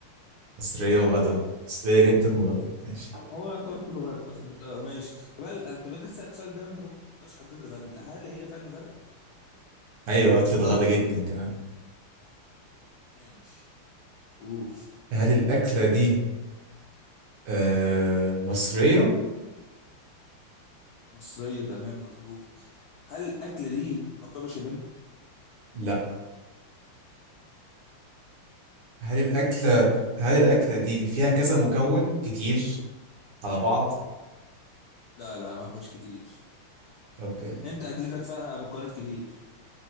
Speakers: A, on the right (about 75°); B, on the left (about 80°).
A: مصرية
B: اه
A: وغدا مصرية جدا وغدا ماشي
B: هو يعتبر كله غدا أص- أنت ماشي هل أنت بدل سألت السؤال ده وأنت ما كنتش حاطط لي غدا هل هي فعلا غدا؟
A: أيوة أكلة غدا جدا كمان
B: ماشي أوف
A: هل الأكلة دي آه مصرية؟
B: مصرية تمام مظبوط هل الأكلة دي مكرونة بشاميل؟
A: لا هل الأكلة
B: تمام
A: هل الأكلة دي فيها كذا مكون كتير على بعض؟
B: لا لا ما فيهاش كتير
A: أوكي
B: أنت أكلتك فيها مكونات كتير